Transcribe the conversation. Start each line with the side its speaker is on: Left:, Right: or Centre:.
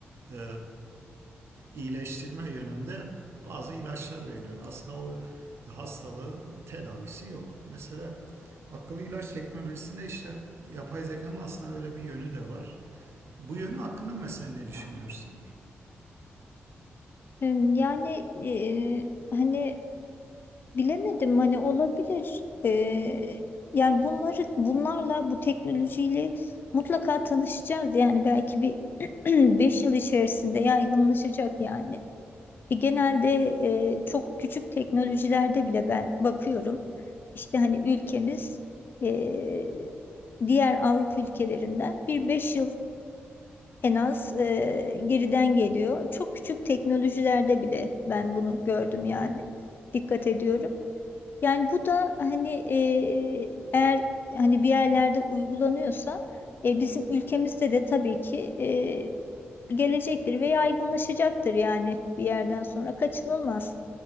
Right: e, iyileştirme yönünde bazı ilaçlar veriliyor. Aslında o hastalığın tedavisi yok. Mesela akıllı ilaç teknolojisinde işte yapay zekanın aslında öyle bir yönü de var. Bu yönü hakkında mesela ne düşünüyorsun?
Left: em, yani e, hani Bilemedim hani olabilir. Ee, yani bunları bunlarla bu teknolojiyle mutlaka tanışacağız. Yani belki bir <clears throat> 5 yıl içerisinde yaygınlaşacak yani. E, genelde e, çok küçük teknolojilerde bile ben bakıyorum. İşte hani ülkemiz e, diğer Avrupa ülkelerinden bir 5 yıl en az e, geriden geliyor. Çok küçük teknolojilerde bile ben bunu gördüm yani. Dikkat ediyorum. Yani bu da hani e, eğer hani bir yerlerde uygulanıyorsa e, bizim ülkemizde de tabii ki e, gelecektir ve yaygınlaşacaktır yani bir yerden sonra kaçınılmaz.